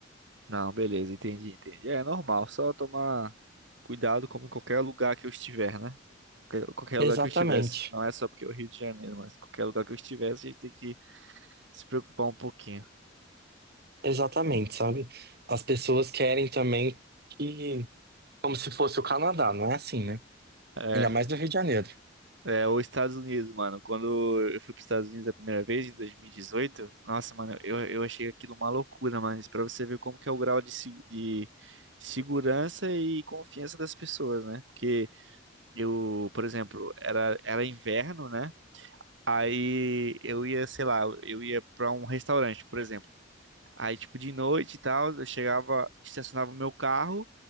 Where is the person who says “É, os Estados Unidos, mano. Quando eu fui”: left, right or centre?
Right